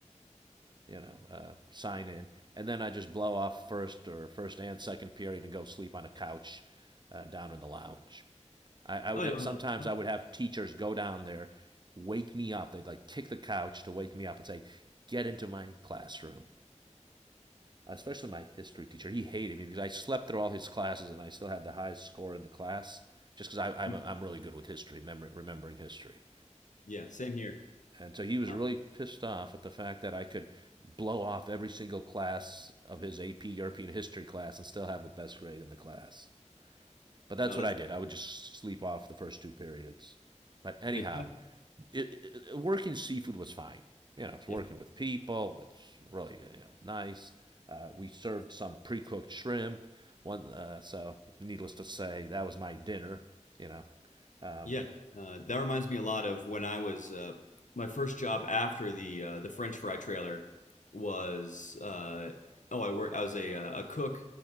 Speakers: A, on the right; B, on the left.
A: you know uh, sign in, and then I just blow off first or first and second period and go sleep on a couch uh, down in the lounge. I, I would
B: Oh, you'll
A: sometimes
B: have lunch?
A: I would have teachers go down there, wake me up. They'd like kick the couch to wake me up and say, "Get into my classroom." Especially my history teacher, he hated me because I slept through all his classes and I still had the highest score in the class just because I'm
B: <laughs>
A: I'm really good with history, mem- remembering history.
B: Yeah, same here.
A: And so he was
B: Uh,
A: really pissed off at the fact that I could blow off every single class of his AP European history class and still have the best grade in the class. But that's
B: no,
A: what
B: that's
A: I did. I would just sleep off the first two periods. But anyhow,
B: an exciting.
A: it, it, working seafood was fine. You know, it's
B: Yeah,
A: working with people. It's really you know, nice. Uh, we served some pre-cooked shrimp. One, uh, so needless to say, that was my dinner. You know, um,
B: yeah. Uh, that reminds me a lot of when I was uh, my first job after the uh, the French fry trailer was uh, oh I worked I was a uh, a cook